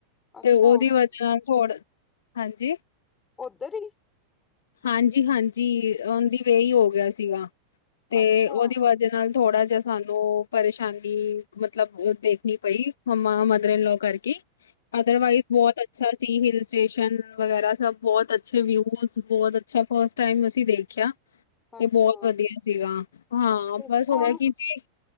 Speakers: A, on the left (about 20°); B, on the left (about 65°).
A: ਅੱਛਾ,
B: ਤੇ ਓਦੀ ਵਜਾ ਨਾ ਥੋੜ, ਹਾਂਜੀ
A: ਓਦਰ ਈ?
B: ਹਾਂਜੀ-ਹਾਂਜੀ ਓਨ ਦੀ ਵੇ ਈ ਹੋ ਗਿਆ ਸੀਗਾ। ਤੇ
A: ਅੱਛਾ
B: ਓਦੀ ਵਜਾ ਨਾਲ ਥੋੜਾ ਜਾ ਸਾਨੂੰ ਨੂੰ ਪਰੇਸ਼ਾਨੀ ਮਤਲਬ ਦੇਖਨੀ ਪਈ ਮੰਮਾ ਮਦਰ ਇਨ ਲੋਅ ਕਰਕੇ ਈ ਅਦਰਵਾਈਜ਼ ਬੋਤ ਅੱਛਾ ਸੀ ਹਿਲ ਸਟੇਸ਼ਨ ਵਗੈਰਾ ਸਬ ਬੋਤ ਅੱਛੇ ਵਿਊਜ਼ ਬੋਤ ਅੱਛਾ ਫਸਟ ਟਾਈਮ ਅਸੀਂ ਦੇਖਿਆ। ਤੇ
A: ਅੱਛਾ
B: ਬੋਤ ਵਦੀਆ ਸੀਗਾ ਹਾਂ
A: ਤੇ
B: ਬਸ ਹੋਏਆ
A: ਕੌਣ
B: ਕੀ ਸੀ